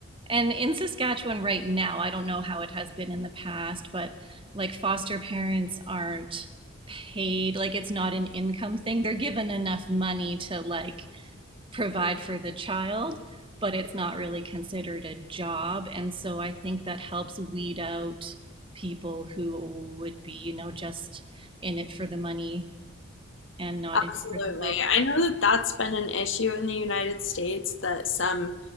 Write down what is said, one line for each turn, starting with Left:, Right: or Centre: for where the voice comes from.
Right: And in Saskatchewan right now, I don't know how it has been in the past, but like foster parents aren't paid, like it's not an income thing. They're given enough money to like provide for the child, but it's not really considered a job. And so I think that helps weed out people who would be, you know, just in it for the money and not in
Left: Absolutely.
Right: it for the well.
Left: I know that that's been an issue in the United States that some